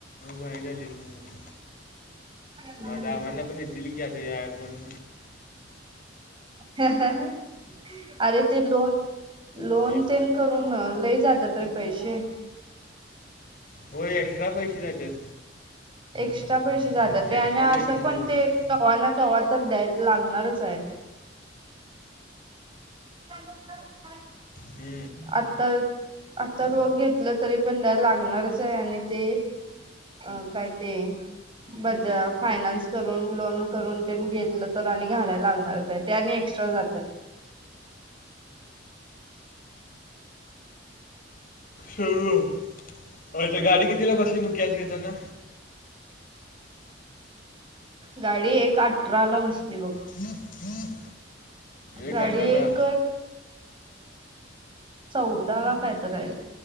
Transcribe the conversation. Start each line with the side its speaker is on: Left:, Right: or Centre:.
Left: वाया गेली की मग
Right: हम्म
Left: माझा आबांना पण येतीली की आता ही आय फोन
Right: अरे ते लोन लोन
Left: एक
Right: तेन करून लई जात्यात रे पैसे
Left: होय एक्स्ट्रा पैसे जात्यात
Right: एक्स्ट्रा पैसे जात्यात
Left: एक्स्ट्रा
Right: रे आणि असं
Left: पैसे
Right: पण
Left: दिले जातात
Right: ते कवा ना कवा तर द्याय लागणारच आहे ह <inaudible>
Left: हू
Right: आता आता रोख घेतलं तरी पण द्याला लागणारच आहे आणि ते अ काय ते बजा फायनान्स करून लोन करून तेन घेतलं तर आणि घालायला लागणारच आहेत ते आणि एक्स्ट्रा जात्यात
Left: होय ते गाडी कितीला बसली मग कॅश घेताना
Right: गाडी एक अठरा ला बसली बघ
Left: <inaudible> एक
Right: गाडी
Left: अठरा
Right: एक चौदा काय तर आहे